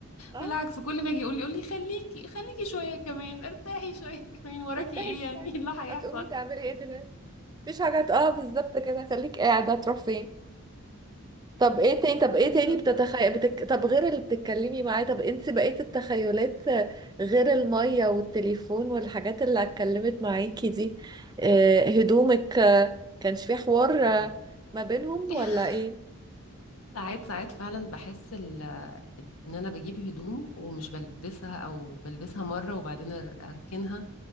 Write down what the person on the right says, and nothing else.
اه
افتحي
الشاي
هتقومي تعملي ايه دلوقتي مفيش حاجة هت- اه بالظبط كده خليك قاعدة هتروح فين طب ايه تاني طب ايه
تاني بتتخيل بتك... طب غير اللي بتتكلمي معاه طب انت بقيت التخيلات غير المية والتليفون والحاجات اللي اتكلمت معاكي دي آه، هدومك آه، كانش في حوار آه،
ما بينهم
ولا ايه؟